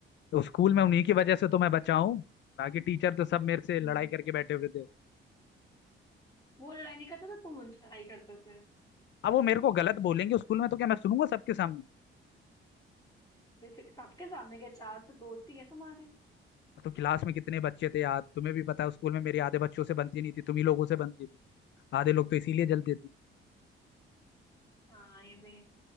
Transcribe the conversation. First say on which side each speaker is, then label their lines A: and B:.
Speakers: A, on the left (about 60°); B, on the left (about 15°).
A: तो स्कूल में उन्हीं की वजह से तो मैं बचा हूँ बाकी टीचर तो सब मेरे से
B: हम्म।
A: लड़ाई करके बैठे हुए थे
B: वो लड़ाई नहीं करते थे तुम उनसे लड़ाई करते थे
A: अब वो मेरे को गलत बोलेंगे स्कूल में तो क्या मैं सुनूंगा सबके सामने
B: ये फिर सबके सामने के चार तो दोस्त ही हैं तुम्हारे
A: तो क्लास में कितने बच्चे थे यार तुम्हें भी पता है स्कूल में मेरी आधे बच्चों से बनती नहीं थी तुम ही लोगों से बनती थी आधे लोग तो इसीलिए जलते थे
B: हाँ ये भी